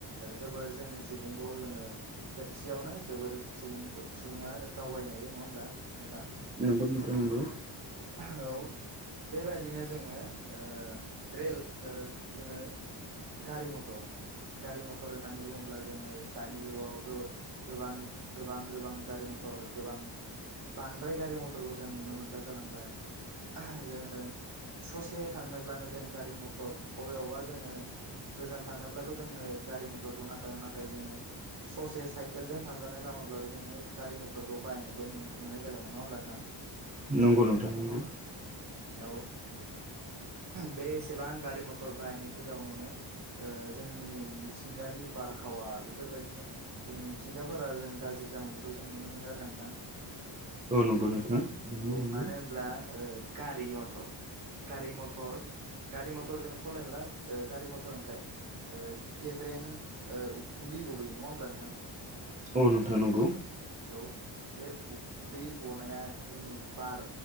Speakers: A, on the right; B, on the right.
A: जोबोरजों सुबुंखौ जोङो खेबसेयावनो जोबोर सुबुं सुबुङा दावबायनायायो नङा होमब्ला नोंथां।
B: नोंगौ नोंथां नंगौ।
A: औ बेबादिनो जोङो ओ रेल जोङो गारि मथर गारि मथर होननानै बुङोब्ला। जोङो दानि जुगाव गोबां गोबां गोबां गारि मथर गोबां बांद्राय गारि मथरखौ जों नुनो मोनग्रा जालांबाय जोङो ससे थांनोब्लानो जोङो गारि मथर अबे अआवबा जोङो - गोजान थांनोब्लाथ' जोंनो गारि मथरखौ नांखागोन नाथाय जोङो ससे साइकेलजों थांजानाय लामाब्लाबो जोंङनो गारि मथरखौ बाहायनायखौ न नुनाय जालायमोन नङा होमब्ला नोंथां
B: नंगौ नोंथां नंगौ
A: औ बे एसेबां गारि मथर बाहायनायनि जाउनावनो जोंनि मिथिंगानि बारहावा बेफोरबायदिनो दिनै मिथिंगाफोरा जों गाज्रि जालांनायखौ जों नुनो मोनो आरो ना नोंथाङा
B: औ नंगौ नोंथां नंगौ
A: औ
B: नंगौ
A: मानो होनब्ला ओ गारि मथर गारि मथर गारि मथरजों सालायब्ला गारि मथर ओमफ्राय गेब्रें उखुन्दै गबोयो नङा होमब्ला नोंथां
B: औ नोंथां नंगौ
A: औ बे उखुन्दै गनाया जोंनि बार